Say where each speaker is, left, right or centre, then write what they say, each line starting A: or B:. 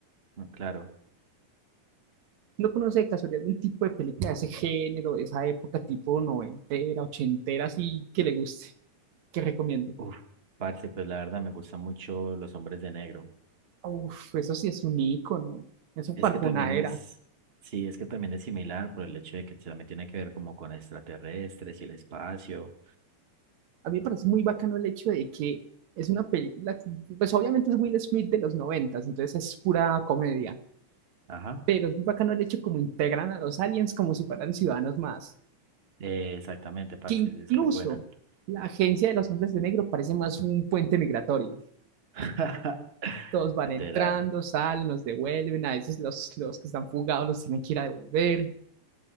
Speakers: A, on the right; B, on the right.
A: no, claro.
B: ¿No conoce de casualidad algún tipo de película de ese género, de esa época, tipo noventera, ochentera, así que le guste? Que recomiendo.
A: Uf, parce, pues la verdad me gustan mucho los hombres de negro.
B: Uf, eso sí es un ícono. Eso
A: Es
B: marcó
A: que también
B: una
A: es,
B: era.
A: sí, es que también es similar por el hecho de que también tiene que ver como con extraterrestres y el espacio.
B: A mí me parece muy bacano el hecho de que es una película, que, pues obviamente es Will Smith de los noventas, entonces es pura comedia.
A: Ajá.
B: Pero es muy bacano el hecho como integran a los aliens como si fueran ciudadanos más.
A: Eh, exactamente, parce,
B: Que incluso
A: es muy buena.
B: la agencia de los hombres de negro parece más un puente migratorio.
A: <laughs>
B: Todos van
A: Literal.
B: entrando, salen, los devuelven. A veces los, los que están fugados los tienen que ir a devolver.